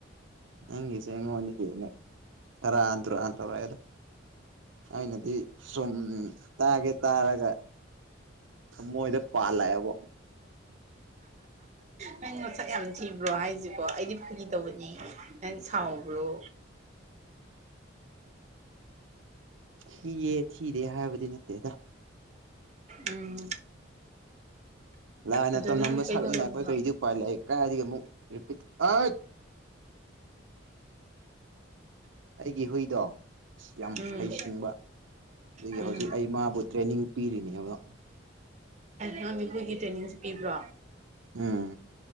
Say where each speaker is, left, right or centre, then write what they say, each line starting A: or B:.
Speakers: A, on the right; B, on the right.
A: ꯅꯪꯁ ꯍꯉꯅꯤ ꯐꯔ ꯑ꯭ꯔꯣ ꯑꯇ꯭ꯔꯗꯣ ꯑꯅꯗꯤ ꯁꯣꯝ ꯇꯥꯒꯦ ꯇꯥꯔꯒ ꯃꯣꯏꯗ ꯄꯥꯜꯂꯛꯑꯦꯕ
B: ꯅꯪ ꯃꯣꯠꯁꯛ ꯌꯥꯝ ꯊꯤꯕ꯭ꯔꯣ ꯍꯥꯏꯁꯤꯀꯣ ꯑꯩꯗꯤ ꯐꯔꯤꯗꯧꯕꯅꯤ ꯅꯪ ꯁꯥꯎ ꯑꯗꯨ꯭ꯔꯣ
A: ꯊꯤꯌꯦ ꯊꯤꯗꯦ ꯍꯥꯏꯕꯗꯤ ꯅꯠꯇꯦꯗ
B: ꯎꯝ
A: ꯂꯥꯏꯅ
B: ꯑꯗꯣ
A: ꯇꯝꯂꯝꯕ
B: ꯅꯪ ꯀꯩꯗꯧꯔꯝꯃꯤꯅꯣ
A: ꯁꯛꯅꯤꯅ ꯑꯩꯈꯣꯏ ꯀꯔꯤꯗꯤ ꯎꯄꯥꯏ ꯂꯥꯛꯏꯦ ꯀꯥꯏꯗꯒꯤ ꯑꯃꯨꯛ ꯑ ꯑꯩꯒꯤ ꯍꯨꯏꯗꯣ ꯑ ꯌꯥꯝ
B: ꯎꯝ
A: ꯍꯩꯁꯤꯡꯕ ꯑꯗꯒꯤ
B: ꯎꯝ
A: ꯍꯧꯖꯤꯛ ꯑꯩ ꯃꯥꯕꯨ ꯇ꯭ꯔꯦꯅꯤꯡ ꯄꯤꯔꯤꯅꯦꯕ
B: ꯅꯪꯒꯤ ꯍꯒꯤ ꯇ꯭ꯔꯦꯅꯤꯡꯁꯨ ꯄꯤꯕ꯭ꯔꯣ
A: ꯎꯝ